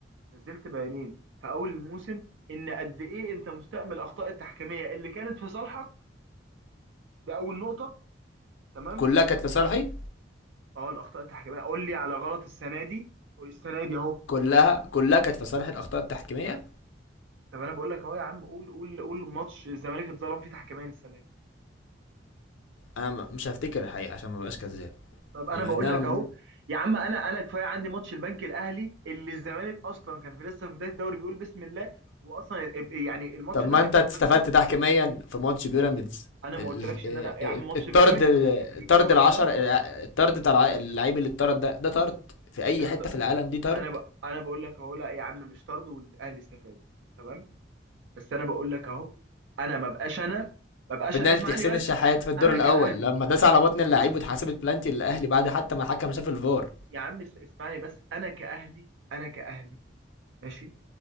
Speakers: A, on the right; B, on the left.
A: نزلت بيانين في اول الموسم ان قد ايه انت مستأمل الاخطاء التحكيميه اللي كانت في صالحك دي اول نقطه تمام
B: كلها كانت في صالحي
A: اه الاخطاء التحكيميه قول لي على غلط السنه دي قول السنه دي اهو
B: كلها كلها كانت في صالح الاخطاء التحكيميه
A: طب انا بقول لك اهو يا عم قول قول قول ماتش الزمالك اتظلم فيه تحكيميا السنه دي
B: انا م- مش هفتكر الحقيقه عشان ما بقاش كذاب
A: طب انا
B: انا
A: بقول لك اهو يا عم انا انا كفايه عندي ماتش البنك الاهلي اللي الزمالك اصلا كان في لسه في بدايه الدوري بيقول بسم الله واصلا ال- يعني الماتش
B: طب ما
A: ده
B: انت
A: الزمالك
B: استفدت
A: كسب
B: تحكيميا في ماتش بيراميدز
A: انا
B: ال-
A: ما قلتلكش
B: ال-
A: ان انا يا
B: آه، آه،
A: عم ماتش
B: الطرد
A: بيراميدز
B: الطرد
A: الكوع
B: العشر
A: ده
B: الطرد بتاع اللعيب اللي اتطرد ده ده طرد في اي
A: بالظبط
B: حته في العالم دي طرد
A: انا ب... انا بقول لك اهو لا يا عم مش طرد والاهلي استفاد تمام بس انا بقول لك اهو انا ما بقاش انا ما بقاش
B: بنالتي
A: اسمعني
B: حسين
A: بس
B: الشحات في الدور
A: انا
B: الاول
A: كاهلي
B: لما داس على بطن اللعيب واتحسبت بلانتي للاهلي بعد حتى ما الحكم شاف الفار
A: يا عم اس- اسمعني بس انا كاهلي انا كاهلي ماشي